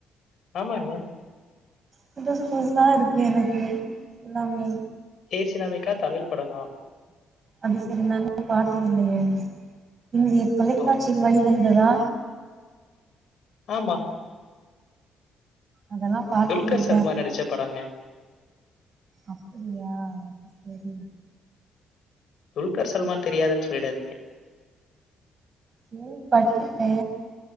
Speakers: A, on the left; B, on the right.
A: ஆமாங்க
B: புதுசு புதுசா இருக்கு எனக்கு எல்லாமே
A: ஹே சினாமிகா தமில் படம் தான்
B: அது சரி நா தா பாத்ததில்லையே இந்திய தொலைக்காட்சி
A: ஓ
B: வலி வந்ததா
A: ஆமா
B: அதெல்லா பாத்ததில்ல
A: துல்கர் சல்மான் நடிச்ச படங்க
B: அப்படியா சரி
A: துல்கர் சல்மான் தெரியாதுன்னு சொல்லிடாதீங்க
B: கேள்விப்பட்ருக்கே